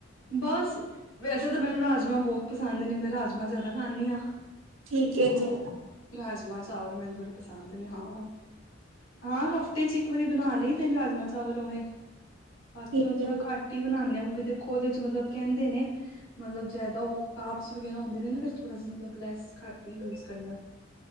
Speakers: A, on the left; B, on the right.
A: ਬਸ ਵੈਸੇ ਤਾਂ ਮੈਨੂੰ ਰਾਜਮਾਂ ਬਹੁਤ ਪਸੰਦ ਨੇ ਮੈਂ ਰਾਜਮਾਂ ਜ਼ਿਆਦਾ ਖਾਂਦੀ ਹਾਂ।
B: ਠੀਕ ਏ ਜੀ।
A: ਰਾਜਮਾਂ ਚਾਵਲ ਮੈਨੂੰ ਥੋੜੇ ਪਸੰਦ ਨੇ ਹਾਂ ਹਾਂ ਹਫ਼ਤੇ ਚ ਇੱਕ ਵਾਰੀ ਬਣਾ ਲਈ ਤੇ ਰਾਜਮਾਂ ਚਾਵਲ ਉਵੇਂ। ਬਾਕੀ
B: ਠੀਕ
A: ਹੁਣ ਥੋੜਾ
B: ਹੈ ਜੀ,
A: ਘੱਟ ਹੀ ਬਣਾਨੇ ਆ। ਦੇਖੋ ਉਹਦੇ ਚ ਮਤਲਬ ਕਹਿੰਦੇ ਨੇ ਮਤਲਬ ਜਿਆਦਾ ਉਹ ਕਾਪਸ ਵਗੈਰਾ ਹੁੰਦੇ ਨੇ ਨਾ ਫਿਰ ਥੋੜਾ ਜਾ ਮਤਲਬ ਲੈਸ ਘੱਟ ਹੀ ਯੂਜ ਕਰਨ।